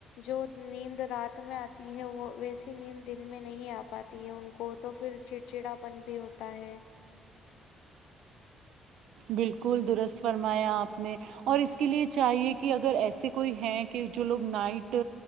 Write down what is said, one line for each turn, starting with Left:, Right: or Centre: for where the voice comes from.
Left: جو نیند رات میں آتی ہے وہ ویسی نیند دن میں نہیں آ پاتی ہے ان کو تو پھر چڑچڑاپن بھی ہوتا ہے
Right: بالکل درست فرمایا آپ نے اور اس کے لیے چاہیے کہ اگر ایسے کوئی ہیں کہ جو لوگ نائٹ